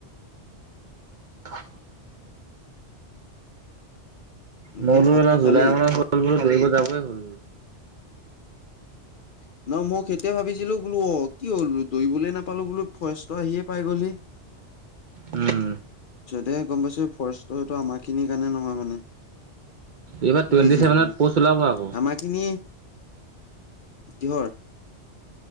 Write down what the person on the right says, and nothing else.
<unintelligible> মই
বোলো
<unintelligible>
জুলাই মানত দৌৰিব যামেই বোলো।
উম।
এইবাৰ
টুৱেণ্টি
ছেভেনত
প'ষ্ট ওলাব আকৌ।